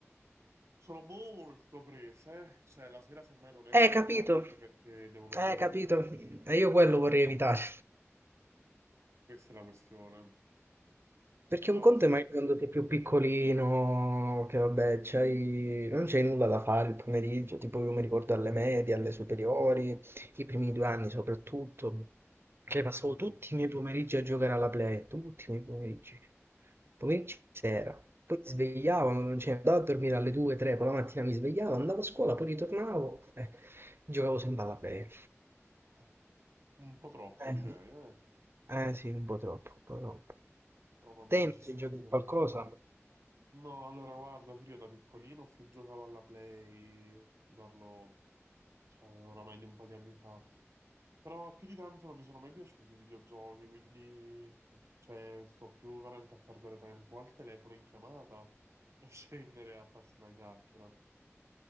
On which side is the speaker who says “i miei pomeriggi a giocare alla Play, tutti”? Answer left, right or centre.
Right